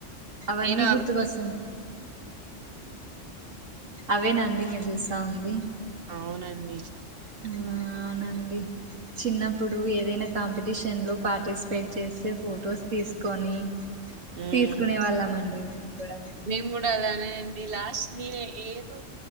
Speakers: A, on the right; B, on the right.
A: అవన్నీ
B: నేను అవి
A: గుర్తుకొస్తాం అవేనండి మీరు చూస్తా ఉంది
B: అవునండి
A: ఆ అవునండి చిన్నప్పుడు ఏదైనా కాంపిటీషన్ లో పార్టిసిపేట్ చేస్తే ఫొటోస్ తీసుకొని
B: మ్మ్
A: తీసుకునే వాళ్ళం అండి మేము కూడా
B: మేము కూడా అలా అనేండి లాస్ట్ నేను ఏదో